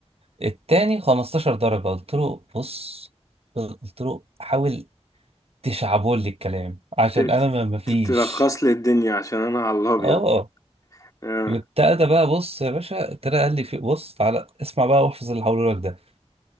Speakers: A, on the right (about 60°); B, on the left (about 30°).
A: التاني 15 درجة قلت له بص قلت له حاول تشعبول لي الكلام عشان
B: ت-
A: انا
B: ت-
A: ما مفيش
B: ت- تلخص لي الدنيا عشان انا على الابيض
A: اه
B: آه.
A: وابتدى بقى بص يا باشا ابتدى قال لي في بص تعالى اسمع بقى واحفظ اللي هقوله لك ده